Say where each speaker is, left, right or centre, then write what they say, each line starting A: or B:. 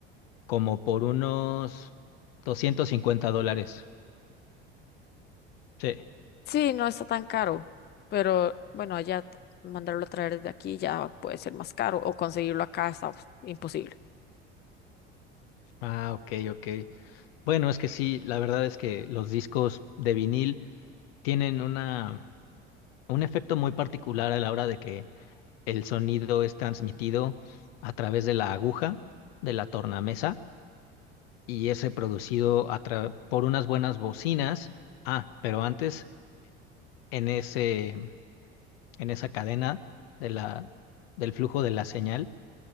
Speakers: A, on the left; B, on the left.
A: como por unos 250 dólares. Sí.
B: Sí, no está tan caro, pero bueno, allá mandarlo a traer desde aquí ya puede ser más caro o conseguirlo acá está uf, imposible.
A: Ah, ok, ok. Bueno, es que sí, la verdad es que los discos de vinil tienen una, un efecto muy particular a la hora de que el sonido es transmitido a través de la aguja, de la tornamesa. y ese producido a tra- por unas buenas bocinas. Ah, pero antes en ese, en esa cadena de la, del flujo de la señal